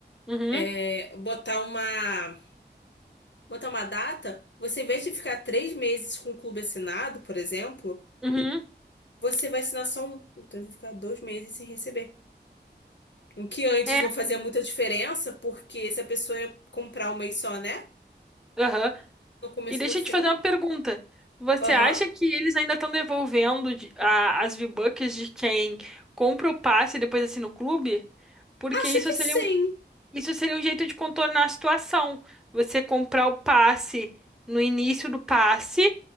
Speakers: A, in the centre; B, on the left.
A: uhum,
B: é, botar uma, botar uma data, você em vez de ficar três meses com o clube assinado, por exemplo.
A: uhum.
B: Você vai assinar só um. Então, eu vou ficar dois meses sem receber. O que antes
A: É,
B: não fazia muita diferença, porque se a pessoa ia comprar um mês só, né?
A: aham.
B: No começo
A: E deixa
B: e no fim.
A: eu te fazer uma pergunta. Você
B: Aham.
A: acha que eles ainda estão devolvendo de- a- as V-Bucks de quem compra o passe e depois assina o clube? Porque
B: Acho
A: isso
B: que
A: seria
B: sim.
A: Isso seria um jeito de contornar a situação. Você comprar o passe no início do passe,